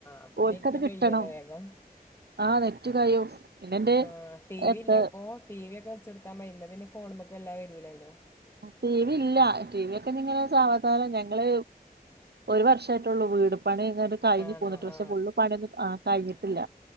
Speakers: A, on the left; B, on the right.
A: അപ്പ
B: ഓൽക്കത്
A: നെറ്റും
B: കിട്ടണം
A: കഴിയുവല്ലോ വേഗം
B: ആഹ് നെറ്റ് കയ്യും പിന്നെന്റെ
A: ആഹ് ടി വി
B: എത്ത
A: ഇല്ലേ അപ്പൊ ടി വി ഒക്കെ <unintelligible> പിന്നെ ഫോൺമക്കല്ലാ വരൂലല്ലോ
B: ടി വി ഇല്ല ടി വി ഒക്കെ പിന്നിങ്ങനെ സാവധാനം ഞങ്ങള് ഒരു വർഷമായിട്ടുള്ളൂ വീട് പണിങ്ങാട്ട് കഴിഞ്ഞ്
A: ആണോ
B: പോന്നു ഡ്രസ്സ്‌
A: ആ
B: ഫുള്ള് പണീന്നും ആ കഴിഞ്ഞി ഇല്ല